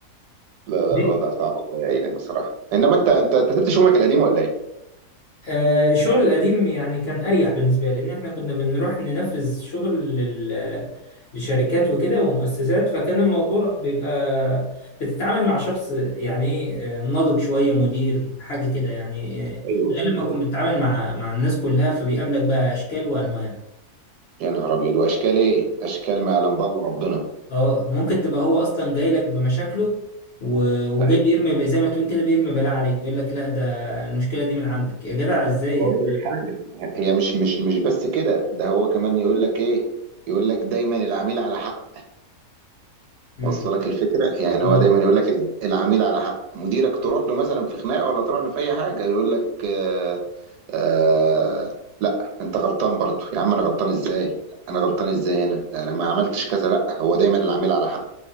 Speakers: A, on the right; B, on the left.
A: لا لا
B: دي
A: الوضع صعب الله يعينك بصراحه انما انت انت أنت سبت شغلك القديم ولا ايه
B: آه الشغل القديم يعني كان أريح بالنسبة لي لأن إحنا كنا بنروح ننفذ شغل لل- لشركات وكده ومؤسسات فكان الموضوع بيبقى بتتعامل مع شخص يعني ايه آه، ناضج شوية مدير حاجة كده يعني آه،
A: ايوه
B: غير
A: ايوه
B: لما تكون
A: ايوه
B: بتتعامل مع مع الناس كلها فبيقابلك بقى أشكال وأنواع.
A: يا نهار ابيض واشكال ايه اشكال ما يعلم بالله ربنا
B: اه ممكن تبقى هو اصلا جاي لك بمشاكله و- وجاي
A: ايوه
B: بيرمي زي ما تقول كده بيرمي بلاء عليك بيقول لك لا ده المشكله دي من عندك يا جدع ازاي
A: واقول
B: احنا
A: لك حاجه هي مش مش مش بس كده ده هو كمان يقول لك ايه يقول لك دايما العميل على حق
B: مم.
A: واصله لك الفكره يعني هو
B: اه
A: دايما يقول لك الع- العميل على حق مديرك تروح له مثلا في خناقه ولا تروح له في اي حاجه يقول لك آه آه لا انت غلطان برضو يا عم انا غلطان ازاي انا غلطان ازاي انا انا ما عملتش كذا لا هو دايما العميل على حق